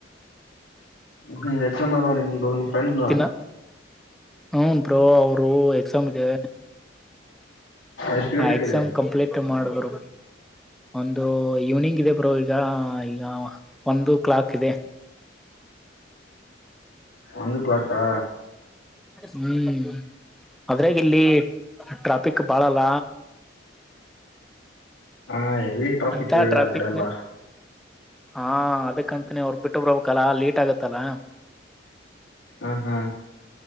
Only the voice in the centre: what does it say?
ದಿನ ಹನ್ ಬೋ ಅವರು ಎಕ್ಸಾಮ್ ಇದೇ
ಆ ಎಕ್ಸಾಮ್ ಕಂಪ್ಲೀಟ್ ಮಾಡರು ಒಂದು ಈವ್ನಿಂಗ್ ಇದೆ ಬ್ರೋ ಈಗ ಈಗ ಒಂದು ಕ್ಲಾಕ್ ಇದೆ
ಹ್ಮ್ ಅದ್ರಾಗ ಇಲ್ಲಿ ಟ್ರಾಫಿಕ್ ಬಾಳಲ್ಲ
ಅಂತ
ಟ್ರಾಫಿಕ್
ನಲ್ಲಿ ಹಾ ಅದಕ್ಕಂತನಿ ಅವ್ರ ಬಿಟ್ಟು ಬ್ರಬಕ್ಲ್ಲ ಲೇಟ್ ಆಗತ್ತಲ್ಲ